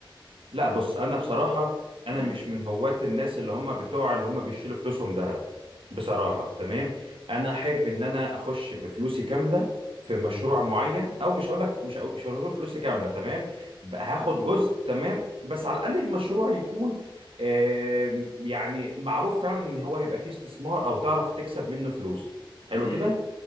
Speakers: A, on the right; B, on the left.
A: لا بص انا بصراحه انا
B: مم.
A: مش من هواة الناس اللي هم بتوع اللي هم بيشيلوا فلوسهم ذهب بصراحه
B: اه
A: تمام انا احب ان انا اخش بفلوسي كامله في مشروع
B: مم.
A: معين او مش هقول لك مش هقول- مش هقول فلوسي كامله تمام بقى هاخد جزء تمام بس على الاقل المشروع يكون آم، يعني معروف فعلا ان هو هيبقى فيه استثمار او تعرف تكسب منه فلوس حلو
B: مم.
A: كده